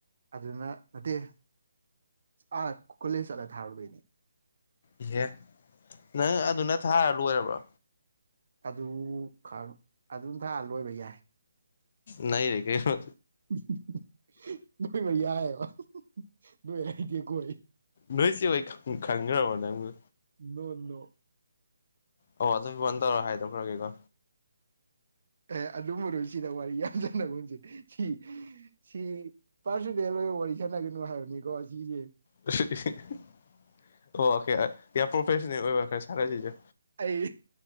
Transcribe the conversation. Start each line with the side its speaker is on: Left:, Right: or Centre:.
Right: ꯑꯗꯨꯅ ꯅꯠꯇꯦ ꯑꯥ ꯀꯣꯂꯦꯖ ꯆꯠꯂꯒ ꯊꯥꯔꯨꯗꯣꯏꯅꯦ
Left: ꯏꯍꯦ ꯅꯪ ꯑꯗꯨꯅ ꯊꯥꯔ ꯂꯣꯏꯔꯕ꯭ꯔꯣ
Right: ꯑꯗꯨ ꯈꯪ ꯑꯗꯨꯝ ꯊꯥ ꯂꯣꯏꯕ ꯌꯥꯏ
Left: ꯅꯩꯔꯦ ꯀꯩꯅꯣ
Right: <unintelligible> ꯅꯩꯕ ꯌꯥꯏꯌꯦꯕ <unintelligible> ꯅꯣꯏ ꯍꯩꯒꯦꯀꯣ ꯑꯩ
Left: ꯅꯣꯏꯆꯦꯍꯣꯏ ꯈꯪ ꯈꯪꯒ꯭ꯔꯕꯣ ꯅꯪꯕꯨ
Right: ꯅꯣꯅꯣ
Left: ꯑꯣ ꯑꯗꯨ ꯐꯣꯟ ꯇꯧꯔꯒ ꯍꯥꯏꯗꯣꯛꯈ꯭ꯔꯒꯦꯀꯣ
Right: ꯑꯦ ꯑꯗꯨꯝꯃꯔꯣꯏ ꯁꯤꯗ ꯋꯥꯔꯤ ꯌꯥꯝ ꯁꯥꯟꯅꯒꯨꯝꯖꯤ ꯁꯤ ꯁꯤ ꯄꯔꯁꯨꯅꯦꯜ ꯑꯣꯕ ꯋꯥꯔꯤ ꯁꯥꯟꯅꯒꯅꯨ ꯍꯥꯏꯕꯅꯤꯀꯣ ꯁꯤꯖꯦ
Left: <unintelligible> ꯑꯣꯀꯦ ꯌꯥꯝ ꯄ꯭ꯔꯣꯐꯦꯁꯟꯅꯦꯜ ꯑꯣꯏꯕ ꯈꯔ ꯁꯥꯟꯅꯁꯤꯁꯦ
Right: ꯑꯩ